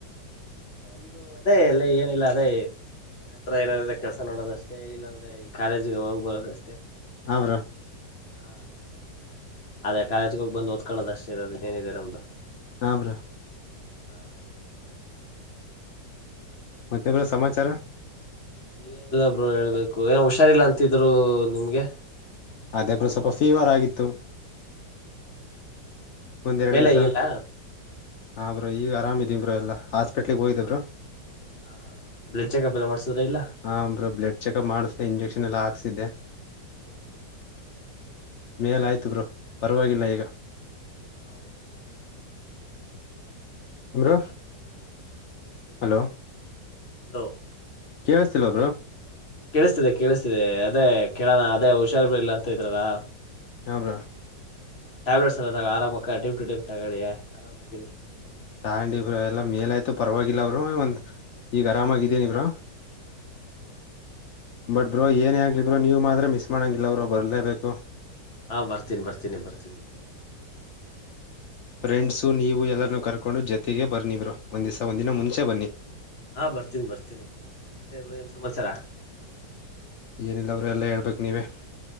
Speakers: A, on the left; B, on the left.
A: ನಮ್ದು ಅದೇ ಅಲ್ಲ ಏನಿಲ್ಲ ಅದೇ. ಮನೆ ಹತ್ರ ಏನಾದ ಕೆಲಸ ನೋಡೋದಷ್ಟ ಇಲ್ಲಂದ್ರೆ ಇಲ್ಲಿ ಕಾಲೇಜಿಗೆ ಹೋಗ್ ಬರೋದಷ್ಟೇ.
B: ಹಾ ಬ್ರೋ.
A: ಹಾ ಅದೇ ಕಾಲೇಜಗೋಗಿ ಬಂದು ಓದ್ಕೊಳ್ಳೋದಷ್ಟೇ ಇರೋದು ಇನ್ನೇನಿದೆ ನಮ್ದು
B: ಹಾ ಬ್ರೋ
A: ಹಾ
B: ಮತ್ತೆಬ್ಬ ಬ್ರೋ ಸಮಾಚಾರ.
A: ಏನಿಲ್ಲಬ್ರು ಹೇಳ್ಬೇಕು ಏನೋ ಹುಷಾರಿಲ್ಲ ಅಂತಿದ್ರು ನಿಮ್ಗೆ.
B: ಅದೇ ಬ್ರೋ ಸ್ವಲ್ಪ ಫೀವರ್ ಆಗಿತ್ತು.
A: <inaudible>
B: ಒಂದ್ರಡು
A: ಮೇಲೆ
B: ದಿವ್ಸ
A: ಆಗಿಲ್ಲ ಹಾ
B: ಹಾ ಬ್ರೋ ಈಗ ಆರಾಮ್ ಅದೀವಿ ಬ್ರೋ ಎಲ್ಲಾ ಹಾಸ್ಪಿಟಲ್ ಗೆ ಹೋಗಿದವ ಬ್ರೋ.
A: ಹಾ ಹಾ ಹಾ ಬ್ಲಡ್ ಚೆಕಪ್ ಎಲ್ಲ ಮಾಡಸಿದ್ರಾ ಇಲ್ಲ?
B: ಹ ಬ್ರೋ ಬ್ಲಡ್ ಚೆಕ್ಪ್ ಮಾಡಿಸ್ದೇ ಇಂಜೆಕ್ಷನ್ ಎಲ್ಲ ಹಾಕ್ಸಿದ್ದೆ
A: <inaudible>
B: ಮೇಲ ಆಯ್ತು ಬ್ರೋ ಪರವಾಗಿಲ್ಲ ಈಗ
A: ಹಾ ಓಕೆ ಓಕೆ ಓಕೆ
B: ಬ್ರೋ
A: ಕೀಳಸತಿವಾ
B: ಹಲೋ
A: ಹಲೋ
B: ಕೇಳಿಸ್ತಿಲ್ಲ ಬ್ರೋ
A: ಕೇಳಿಸ್ತಿದೆ ಕೇಳಿಸ್ತಿದೆ ಅದೇ ಕೆಳಣ ಅದೇ ಹುಷಾರ್ ಬಿಳಲ್ಲ ಅಂತ ಇದ್ರಾರಲ್ಲ
B: ಹಾ ಬ್ರೋ...
A: ಟ್ಯಾಬ್ಲೆಟ್ಸ್ ಎಲ್ಲ ಆರಾಮಗಿ ಟೈಮ್ ಟೈಮ್ ತಗಳಿ <unintelligible>
B: ತಾಂಡಿ ಬ್ರೋ ಇವಾಗ ಎಲ್ಲ ಮೇಲ ಆಯ್ತು ಪರವಾಗಿಲ್ಲ ಬ್ರೋ ಒಂದ್ ಈಗ ಆರಾಮಾಗಿದ್ದೀನಿ ಬ್ರೋ <inaudible>
A: ಹಾ ಹಾ ಹಾ
B: ಬಟ್ ಬ್ರೋ ಏನೇ ಆಗಲಿ ಬ್ರೋ ನೀವು ಮಾತ್ರ ಮಿಸ್ ಮಾಡೋಂಗಿಲ್ಲ ಬ್ರೋ ಬರಲೇಬೇಕು
A: ಹಾ ಬರ್ತೀನೀ ಬರ್ತೀನಿ ಬರ್ತನಿ
B: ಫ್ರೆಂಡ್ಸು ನೀವು ಎಲ್ಲರೂ ಕರ್ಕೊಂಡು ಜೊತೆಗೆ ಬರ್ನಿ ಒಂಧಿಸ ಒಂದ ದಿನ ಮುಂಚೆ ಬನ್ನಿ
A: ಹಾ ಬರ್ತೀನೀ ಬರ್ತಿನಿಬ್ಬರು ಮತ್ತೆ ಇಬ್ರು ಏನ್ ಸಮಾಚಾರ
B: ಏನಿಲ್ಲ ಬ್ರೋ ಎಲ್ಲಾ ಹೇಳ್ಬೇಕಕ್ ನೀವೇ,